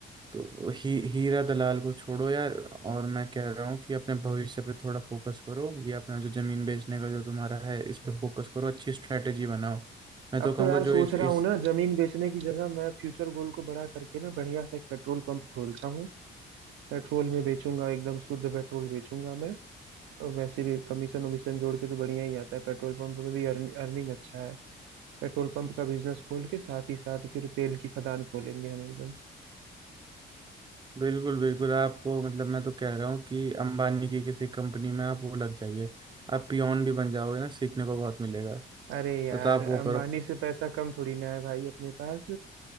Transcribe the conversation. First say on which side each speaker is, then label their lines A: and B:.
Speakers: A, on the right (about 25°); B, on the right (about 85°).
A: तो ही हीरा दलाल को छोड़ो यार और मैं कह रहा हूँ कि अपने भविष्य पे थोड़ा फोकस करो ये अपना जो जमीन बेचने का जो तुम्हारा है इस पे फोकस करो अच्छी स्ट्रेटेजी बनाओ मैं तो
B: अब
A: कहूँगा
B: तो यार सोच
A: जो इस
B: रहा
A: इस
B: हूँ ना जमीन बेचने की जगह मैं फ्यूचर गोल को बड़ा करके ना बढ़िया सा एक पेट्रोल पंप खोलता हूँ पेट्रोल में बेचूंगा एकदम शुद्ध पेट्रोल बेचूंगा मैं और वैसे भी कमीशन वमीशन जोड़ के तो बढ़िया ही आता है पेट्रोल पंप में भी अर्निंग अच्छा है पेट्रोल पंप का बिजनेस खोल के साथ ही साथ फिर तेल की खदान खोलेंगे हम एकदम
A: बिल्कुल बिल्कुल आपको मतलब मैं तो कह रहा हूँ कि अंबानी की किसी कंपनी में आप वो लग जाइए आप पियोन भी बन जाओगे ना सीखने को बहुत मिलेगा
B: अरे यार
A: तो आप वो
B: अंबानी
A: करो
B: से पैसा कम थोड़ी ना है भाई अपने पास